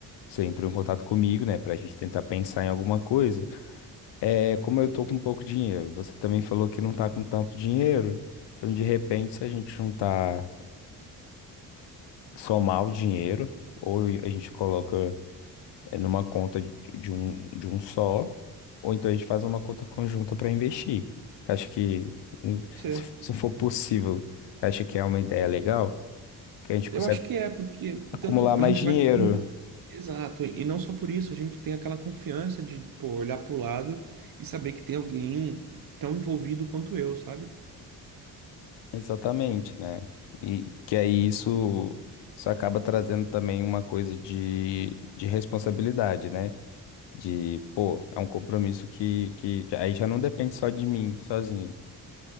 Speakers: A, on the left; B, on the right.
A: você entrou em contato comigo, né, pra gente tentar pensar em alguma coisa, é, como eu tô com pouco dinheiro, você também falou que não tá com tanto dinheiro, então de repente se a gente juntar, somar o dinheiro, ou a gente coloca é, numa conta de, de um, de um só, ou então a gente faz uma conta conjunta pra investir. Acho que, hum,
B: Pode ser.
A: se se for possível, acha que é uma ideia legal? que a gente
B: Eu
A: consegue
B: acho que é, porque
A: acumular
B: tanto
A: mais
B: a gente
A: dinheiro.
B: vai ter um. Exato, e não só por isso, a gente tem aquela confiança de, pô, olhar pro lado e saber que tem alguém tão envolvido quanto eu, sabe?
A: Exatamente, né? E que aí isso, isso acaba trazendo também uma coisa de, de responsabilidade, né? De, pô, é um compromisso que, que aí já não depende só de mim, sozinho,